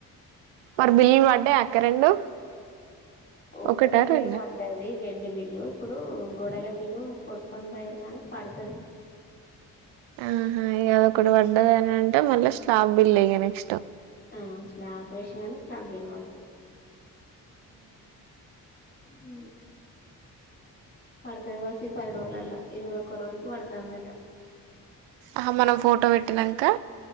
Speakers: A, on the right; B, on the left.
A: వర్ బిల్ పడ్డాయ్ అక్క రెండు
B: ఒక్కటే
A: ఒకటా రెండా
B: పడ్డది వె రడ్డి బిల్లు ఇప్పుడు గోడల బిల్లు కొట్టుకొని పోయారు గాని పడుతది
A: ఉహు ఇదొ ఒకటి పడ్డదని అంటే మళ్ళీ స్లాబ్ బిల్ వెయ్యాలి ఇక నెక్స్ట్
B: మ్ స్లాబ్ వేషినాంటె స్లాబ్ బిల్ కొడుతు హు పడతది వాసి పది రోజులల్లా ఇరవై ఒక్క రోజుకు పడుతందె
A: ఆ మనం ఫోటో పెట్టినంకా